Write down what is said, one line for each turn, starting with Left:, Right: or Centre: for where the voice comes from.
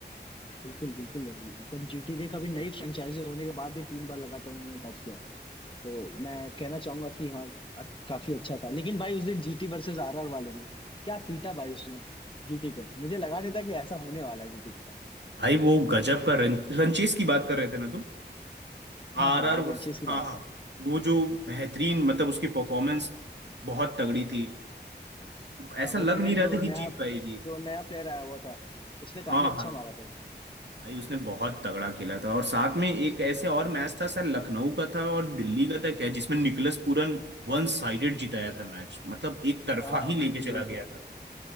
Left: बिल्कुल बिल्कुल भाई एकदम जीटी देख अभी नई फ्रेंचाइजी होने के बाद भी तीन बार लगातार उन्होंने टॉप किया है। तो मैं कहना चाहूंगा कि हाँ अ- काफी अच्छा था लेकिन भाई उस दिन जीटी वर्सेस आरआर वाले में क्या पीटा भाई उसने जीटी को मुझे लगा नहीं था कि ऐसा होने वाला है जीटी के साथ
Right: भाई वो गजब का रन, रंचेस की बात कर रहे थे ना तुम
Left: हाँ
Right: आर
Left: हाँ
Right: आर
Left: वो
Right: वर्स,
Left: रंचेस की बात
Right: हाँ हाँ
Left: कर रहा हूँ
Right: वो जो बेहतरीन मतलब उसकी परफॉर्मेंस बहुत तगड़ी थी ऐसा
Left: हाँ वो
Right: लग
Left: प्लेयर
Right: नहीं रहा
Left: जो
Right: था
Left: नया
Right: कि जीत पाएगी
Left: जो नया प्लेयर आया हुआ था उसने काफी
Right: हाँ
Left: अच्छा
Right: हाँ
Left: मारा था उसको
Right: भाई उसने बहुत तगड़ा खेला था और साथ में एक ऐसे और मैच था सर लखनऊ का था और दिल्ली का था क्या जिसमें निकलस पूरन वन साइडेड जिताया था मैच मतलब एक तरफा
Left: हाँ हाँ
Right: ही लेके
Left: बिल्कुल
Right: चला
Left: बिल्कुल
Right: गया था